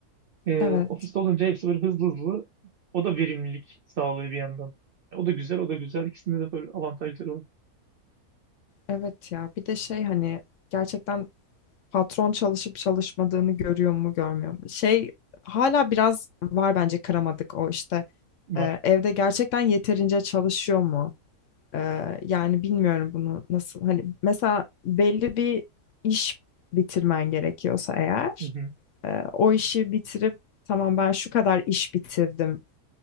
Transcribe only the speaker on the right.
Ee,
ofiste olunca hepsi böyle hızlı hızlı. O da verimlilik sağlıyor bir yandan. E, O da güzel, o da güzel. İkisinde de böyle avantajları
var.
Hı hı,